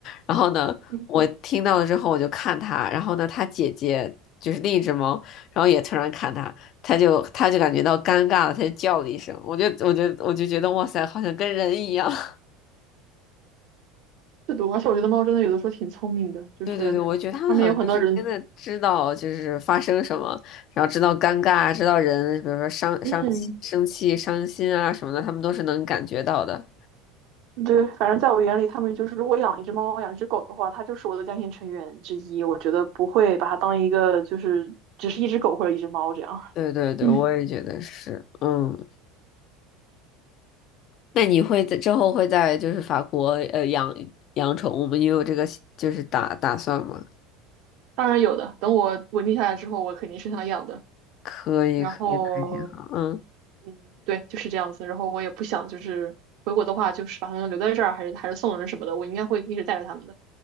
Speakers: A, on the left (about 50°); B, on the right (about 65°).
A: 然后呢，
B: 嗯
A: 我听到了之后我就看它，然后呢，它姐姐就是另一只猫，然后也突然看它。他就他就感觉到尴尬了，他就叫了一声，我就我就我就觉得哇塞，好像跟人一样。<laughs>
B: 是的，而且我觉得猫真的有的时候挺聪明的，就是他们有很多人。
A: 对对对，我觉得他们好像就是真的知道就是发生什么，然后知道尴尬，知道人，比如说伤伤生气、
B: 嗯，
A: 伤心啊什么的，他们都是能感觉到的。
B: 对，反正在我眼里，他们就是如果养一只猫、养一只狗的话，它就是我的家庭成员之一。我觉得不会把它当一个就是只是一只狗或者一只猫这样。
A: 对对对，
B: 嗯，
A: 我也觉得是。嗯，那你会在之后会在就是法国呃养养宠物吗？你有这个就是打打算吗？
B: 当然有的，等我稳定下来之后，我肯定是想养的。
A: 可以可以，
B: 然后，
A: 那还挺好。嗯，
B: 嗯，对，就是这样子。然后我也不想就是回国的话，就是把它们留在这儿，还是还是送人什么的，我应该会一直带着它们的。